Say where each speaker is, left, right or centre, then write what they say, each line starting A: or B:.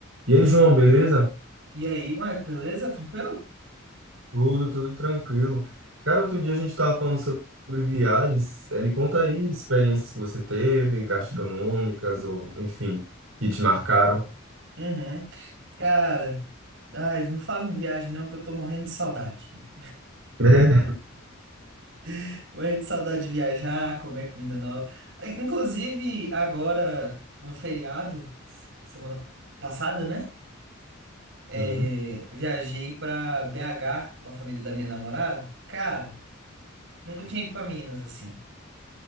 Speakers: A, on the right; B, on the right.
A: E aí, João,
B: E,
A: beleza?
B: e aí, Marco, beleza? Tranquilo?
A: Tudo, tudo tranquilo. Cara, outro dia a gente estava falando sobre viagens. Eh, Me conta aí experiências que você teve, gastronômicas ou, enfim, que te marcaram.
B: Uhum. Cara, ai, não fala em viagem não, que eu tô morrendo de saudade.
A: Né?
B: <laughs> Morrendo de saudade de viajar, comer comida nova. Inclusive, agora, no feriado, semana passada, né?
A: <laughs> Sim.
B: É, viajei pra BH com a família da minha namorada. Cara, nunca tinha ido pra Minas, assim.